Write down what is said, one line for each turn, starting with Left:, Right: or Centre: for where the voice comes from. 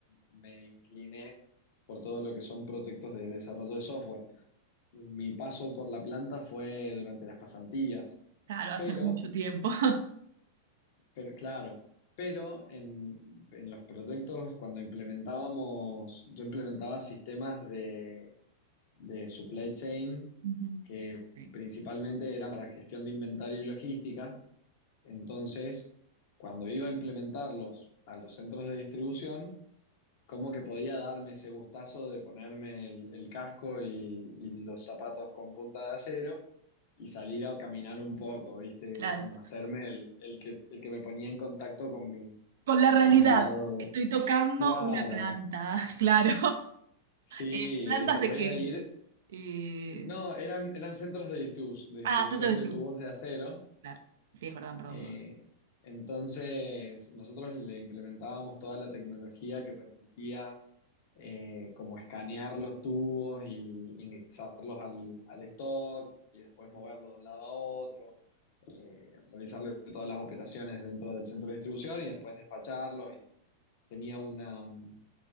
Left: me incliné por todo lo que son proyectos de desarrollo de software. Mi paso por la planta fue durante las pasantías,
Right: Claro, hace
Left: pero
Right: mucho tiempo. <laughs>
Left: pero claro, pero en, en los proyectos cuando implementábamos, yo implementaba sistemas de, de supply chain
Right: Ujú.
Left: que
Right: Sí,
Left: principalmente eran para gestión de inventario y logística. Entonces, cuando iba a implementarlos a los centros de distribución, como que podía darme ese gustazo de ponerme el, el casco y, y los zapatos con punta de acero y salir a caminar un poco, ¿viste?
Right: claro.
Left: Como hacerme el, el que, el que me ponía en contacto con mi,
Right: Con la realidad,
Left: con mi lado.
Right: estoy tocando
Left: Claro,
Right: una planta, <laughs> claro.
Left: sí,
Right: Eh, ¿plantas
Left: ¿viste?
Right: de
Left: Voy
Right: qué?
Left: a ir...
Right: Eh,
Left: No, eran, eran centros de distribu- de distribución
Right: ah, centro de
Left: de
Right: distribución,
Left: tubos de acero.
Right: claro. Sí, es verdad, perdón,
Left: eh,
Right: perdón.
Left: entonces, nosotros le implementábamos toda la tecnología que permitía eh, como escanear los tubos y ingresarlos al, al stock y después moverlos de un lado a otro, eh, realizarle todas las operaciones dentro del centro de distribución y después despacharlos y tenía una, mm,